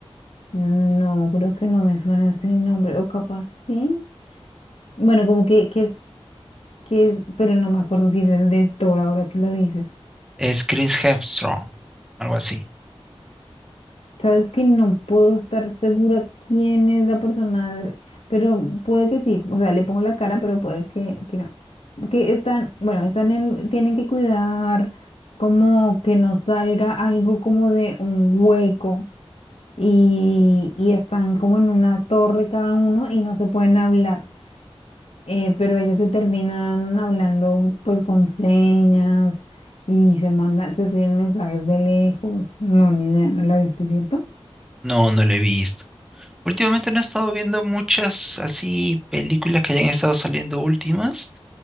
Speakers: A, on the left (about 80°); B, in the centre.
A: No, creo que no me suena ese nombre, o capaz sí. Bueno, como que, que, es- que es, pero no me acuerdo si es el de Thor ahora que lo dices.
B: Es Chris Hemsworth, algo así.
A: Sabes que no puedo estar segura quién es la persona, de- pero puede que sí. O sea, le pongo la cara, pero puede que, que no. Que están, bueno, están en, tienen que cuidar como que no salga algo como de un hueco y, y están como en una torre cada uno y no se pueden hablar. eh, pero ellos se terminan hablando pues con señas y se mandan, se escriben mensajes de lejos. No, ni idea, ¿no la viste, cierto?
B: No, no la he visto. Últimamente no he estado viendo muchas así películas que hayan estado saliendo últimas.